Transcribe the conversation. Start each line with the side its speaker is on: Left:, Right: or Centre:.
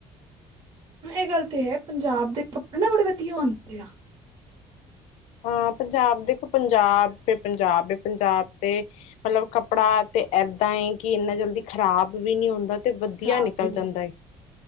Right: ਹ ਏ ਗਲ ਤੇ ਹੈ ਪੰਜਾਬ ਦੇ ਕੱਪੜੇ ਨਾ ਬੜੇ ਵਧੀਆ ਅੋਦੇ ਆ
Left: ਆ ਪੰਜਾਬ ਦੇਖੋ ਪੰਜਾਬ ਫੇਰ ਪੰਜਾਬੀ ਪੰਜਾਬ ਤੇ, ਮਤਲੱਬ ਕੱਪੜਾ ਤੇ ਐਦਾ ਏ ਕਿ ਅਨਾ ਜਲਦੀ ਖ਼ਰਾਬ ਵੀ ਨੀ ਹੁੰਦਾ ਤੇ ਵਧੀਆ
Right: ਖਰਾਬ
Left: ਨਿਕਲ
Right: ਵੀ ਨੀ
Left: ਜਾਂਦਾ
Right: ਹੁੰਦੀ,
Left: ਹੈ